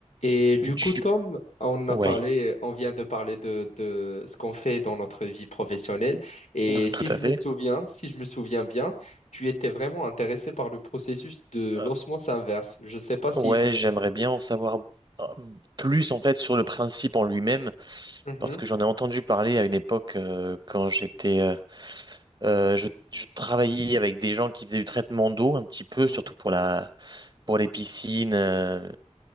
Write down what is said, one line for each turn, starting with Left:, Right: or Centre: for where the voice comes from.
Left: Et
Right: Du...
Left: du coup, Tom, on a
Right: Ouais,
Left: parlé, on vient de parler de, de ce qu'on fait dans notre vie professionnelle. Et
Right: tout
Left: si
Right: tout
Left: je
Right: à fait.
Left: me souviens, si je me souviens bien, tu étais vraiment intéressé par le processus de
Right: Euh,
Left: l'osmose inverse. Je ne sais pas si
Right: Ouais,
Left: tu...
Right: j'aimerais bien en savoir euh, plus en fait sur le principe en lui-même,
Left: Mhm,
Right: parce que j'en ai entendu parler à une époque euh, quand j'étais, euh, euh, je, je travaillais avec des gens qui faisaient du traitement d'eau un petit peu,
Left: mhm,
Right: surtout pour la, pour les piscines, euh,